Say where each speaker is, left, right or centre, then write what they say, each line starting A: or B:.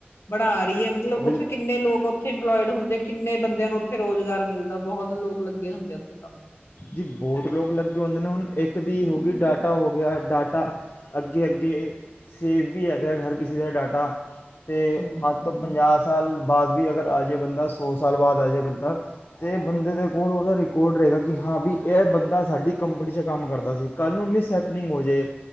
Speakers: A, on the left (about 80°); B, on the left (about 60°).
A: ਬਣਾ ਰ <unintelligible> ਏਹੀ ਹੈ ਮਤਲਬ
B: ਬਿਲਕੁਲ
A: ਉੱਥੇ ਕਿੰਨੇ ਲੋਕ ਉੱਥੇ ਇੰਪਲੋਇਡ ਹੁੰਦੇ ਆ ਕਿੰਨੇ ਬੰਦ ਨੂੰ ਉੱਥੇ ਰੁਜ਼ਗਾਰ ਮਿਲਦਾ ਬਹੁਤ ਲੋਕ ਲੱਗੇ ਹੁੰਦੇ ਆ ਉੱਥੇ ਕੰਮ ਤੇ
B: ਜੀ ਬਹੁਤ ਲੋਕ ਲੱਗੇ ਹੁੰਦੇ ਨੇ ਹੁਣ ਇੱਕ ਦੀ
A: ਹਮ
B: ਹੋ ਗਈ ਡਾਟਾ ਹੋ ਗਿਆ ਡਾਟਾ। ਅੱਗੇ, ਅੱਗੇ ਸੇਵ ਵੀ ਹੈਗਾ ਹਰ ਕਿਸੇ ਦਾ ਡਾਟਾ ਤੇ
A: ਹਮ
B: ਅੱਜ
A: ਹਮ
B: ਤੋਂ ਪੰਜਾਹ ਸਾਲ ਬਾਅਦ ਵੀ ਅਗਰ ਆ ਜਾਵੇ ਬੰਦਾ ਸੌ ਸਾਲ ਬਾਅਦ ਆ ਜਾਵੇ, ਬੰਦਾ ਅਤੇ ਬੰਦੇ ਦੇ ਕੋਲ ਉਹਦਾ ਰਿਕਾਰਡ ਰਹੇਗਾ। ਕਿ ਹਾਂ ਵੀ ਇਹ ਬੰਦਾ ਸਾਡੀ ਕੰਪਨੀ ਚ ਕੰਮ ਕਰਦਾ ਸੀ, ਕੱਲ੍ਹ ਨੂੰ ਮਿਸਹੈਪਨਿੰਗ ਹੋਜੇ,